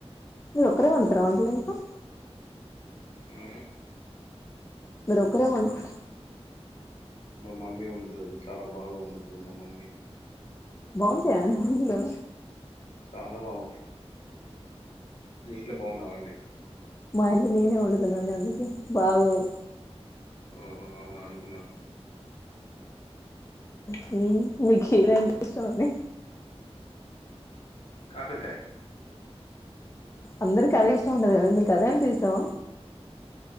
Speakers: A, on the left (about 25°); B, on the left (about 65°).
A: మీరు ఒకరే వండుతారా వంటలు ఇంట్లో
B: ఆ
A: మీరు ఒకరే వండుకు
B: మా మమ్మీ వండుతది చాలా బాగా వండుతుంది మా మమ్మీ
A: బాంటాయా అండి వంటులు
B: చాలా బాగుంటాయి మీ ఇంట్లో బాగుండవాండి
A: మా ఇంట్లో నేనే వండుతున్నాని అందుకే బాగొవ్
B: ఓహో అవునా అనుకున్నా
A: హ్మ్ మీకు చికెన్ అంటే ఇష్టమండి
B: కాకరకాయ్
A: అందరికి అదే ఇష్టం ఉంటది కండి మీకు అదే అంటే ఇష్టమ